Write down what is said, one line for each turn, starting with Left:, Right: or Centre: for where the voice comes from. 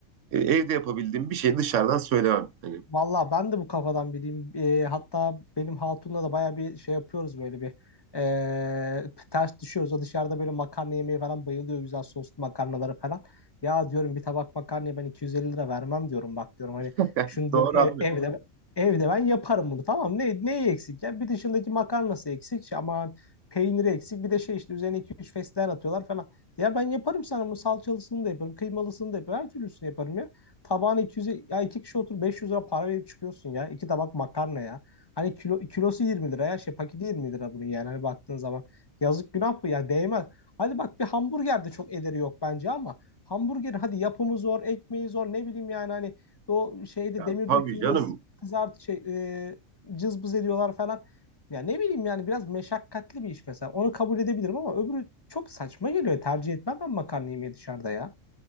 Right: e, evde yapabildiğim bir şey dışarıdan söylemem. Hani
Left: Valla ben de bu kafadan biriyim. Ee, hatta benim hatunla da baya bir şey yapıyoruz böyle bir ee, ters düşüyoruz. O dışarıda böyle makarna yemeye falan bayılıyor güzel soslu makarnalara falan. Ya diyorum bir tabak makarnaya ben 250 lira vermem diyorum bak diyorum hani
Right: <laughs>
Left: şunu
Right: doğru
Left: diyorum ev-
Right: abi.
Left: evde evde ben yaparım bunu tamam ne neyi eksik ya bir dışındaki makarnası eksik şey, aman peyniri eksik bir de şey işte üzerine 2-3 fesleğen atıyorlar falan. Ya ben yaparım sana bunu salçalısını da yaparım kıymalısını da yaparım her türlüsünü yaparım ya tabağına 200 ya iki kişi otur 500 lira para verip çıkıyorsun ya. İki tabak makarna ya. Hani kilo, kilosu 20 lira ya şey paketi 20 lira bunun yani hani baktığın zaman. Yazık günah bu ya değmez. Hadi bak bir hamburger de çok ederi yok bence ama hamburger hadi yapımı zor, ekmeği zor ne bileyim yani hani o şeyde
Right: Ya,
Left: demir
Right: tabii
Left: dökümde
Right: canım.
Left: kızart şey e, cızbız ediyorlar falan. Ya ne bileyim yani biraz meşakkatli bir iş mesela. Onu kabul edebilirim ama öbürü çok saçma geliyor. Tercih etmem ben makarna yemeği dışarıda ya.